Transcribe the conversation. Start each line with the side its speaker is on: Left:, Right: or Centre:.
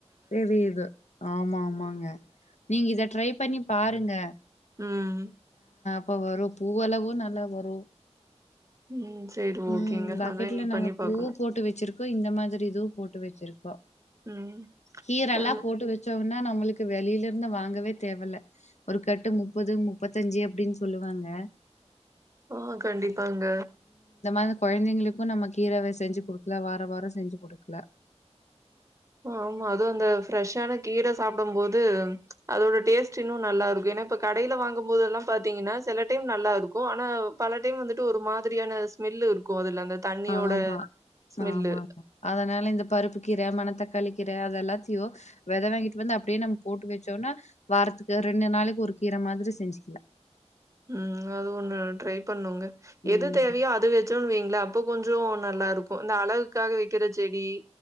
Left: தெரியிது ஆமா ஆமாங்க நீங்க இத ட்ரை பண்ணி பாருங்க
Right: ம்
Left: இப்ப வரு பூ அளவு நல்லா வரு
Right: ம் சரி
Left: ம்
Right: ஓகேங்க.
Left: பக்கெட்ல
Right: அதான் இனி
Left: நாங்க
Right: பண்ணி
Left: பூவு
Right: பாக்கணும்.
Left: போட்டு வெச்சிருக்கோ இந்த மாதிரி இதுவு போட்டு வெச்சிருக்கோ
Right: ம்.
Left: கீரலா
Right: அ
Left: போட்டு வச்சோனா நம்மளுக்கு வெளில ந்த வாங்கவே தேவல்ல ஒரு கட்டு முப்பது முப்பத்தஞ்சு அப்டின் சொல்லுவாங்க
Right: ஆ கண்டிப்பாங்க
Left: அ கொழந்தைங்களுக்கு நம்ம கீரவே செஞ்சு குடுக்லா வார வார செஞ்சு குடுக்லா
Right: ஆமா அதுவு அந்த ஃப்ரெஷ்ஷான கீரஸ் சாப்டும் போது அதோட டேஸ்ட் இன்னு நல்லா இருக்கு ஏனா இப்ப கடைல வாங்கும் போதுலா பாத்தீங்கனா செல டைம் நல்லா இருக்கு ஆனா பல டைம் வந்துட்டு ஒரு மாதிரியான ஸ்மெல் இருக்கு அதுல அந்த தண்ணியோட
Left: ஆமா
Right: ஸ்மெல்லு.
Left: ஆமாக்கா அதனால இந்த பருப்பு கீர மனத்தக் க்காளிக்கீர அத எல்லாத்தையு வெத வாங்கிட்டு வந்து அப்டியே நம் போட்டு வச்சோனா வாரத்துக்கு ரெண்டு நாளைக்கு ஒருக் கீர மாதிரி செஞ்சுக்கலா
Right: ம் அது ஒன்னு ட்ரை பண்ணுங்க
Left: ம்
Right: எது தேவையோ அது வெச்சு துன்வீங்ள அப்போ கொஞ்சொ நல்லா இருக்கு இந்த அழகுக்காக வெக்கிற செடி